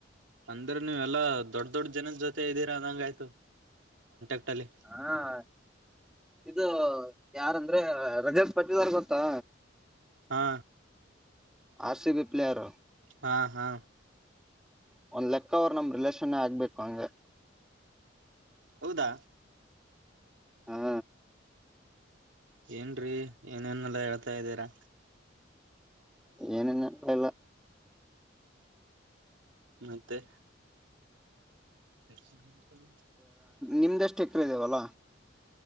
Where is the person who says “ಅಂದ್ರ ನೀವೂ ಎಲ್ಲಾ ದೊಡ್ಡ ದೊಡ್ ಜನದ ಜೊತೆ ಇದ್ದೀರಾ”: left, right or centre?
Right